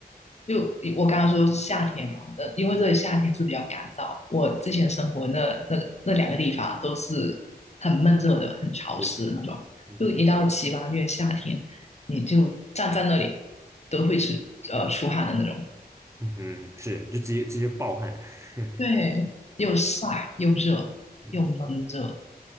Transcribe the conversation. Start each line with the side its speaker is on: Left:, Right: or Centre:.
Left: 就我刚刚说夏天啊，呃，因为这里夏天是比较干燥，我之前生活那那那两个地方都是很闷热的，
Right: 啊，
Left: 很潮湿的那种。
Right: 对，嗯哼，
Left: 就一到七八月夏天，你就站在那里都会出呃出汗的那种。
Right: 嗯哼，是，就直接直接暴汗，<laughs>
Left: 对，
Right: 对，
Left: 又晒又热又闷热。
Right: 嗯，